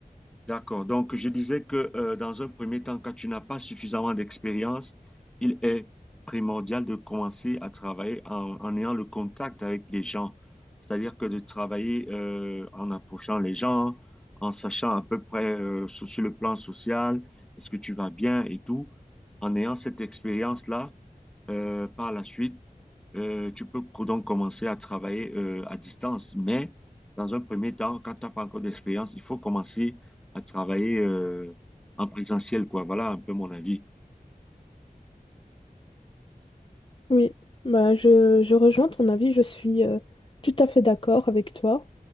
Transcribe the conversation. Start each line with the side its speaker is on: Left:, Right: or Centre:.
Centre: D'accord. Donc, je disais que euh, dans un premier temps, quand tu n'as pas suffisamment d'expérience, il est primordial de commencer à travailler en, en ayant le contact avec les gens. C'est-à-dire que de travailler euh, en approchant les gens, en sachant à peu près euh, sur, sur le plan social, est-ce que tu vas bien et tout. En ayant cette expérience-là, euh, par la suite, euh, tu peux co- donc commencer à travailler euh, à distance. Mais dans un premier temps, quand tu n'as pas encore d'expérience, il faut commencer à travailler euh, en présentiel, quoi. Voilà un peu mon avis.
Left: Oui, bah, je, je rejoins ton avis, je suis euh, tout à fait d'accord avec toi.